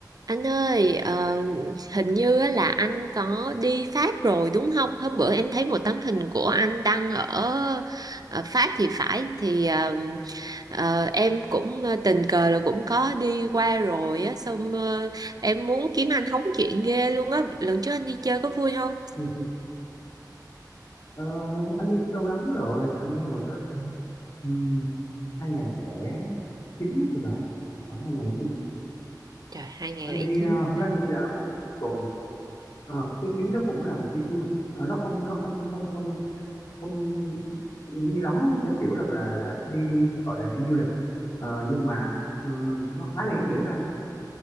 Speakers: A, on the right; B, on the left.
A: Anh ơi, ờ, hình như á là anh có đi Pháp rồi đúng không? Hôm bữa em thấy một tấm hình của anh đăng ở ờ, Pháp thì phải thì ờ, ờ, em cũng ờ, tình cờ là cũng có đi qua rồi á xong ờ, em muốn kiếm anh hóng chuyện ghê luôn á. Lần trước anh đi chơi có vui không?
B: <laughs> Ừ, ừ. Ờ, anh đi cũng lâu lắm rồi anh đi hồi đó là năm um, hai không không chín thì phải khoảng hai không không chín
A: Trời, 2009
B: anh đi ờ, hôm
A: hả?
B: đó anh đi là một tuần Ờ, cái chuyến đó cũng là một chuyến vui Ờ, nó không nó không không không không vui lắm theo kiểu rằng là là đi đi đi gọi là đi du lịch Ờ, nhưng mà ừm, nó khá là ý nghĩa với anh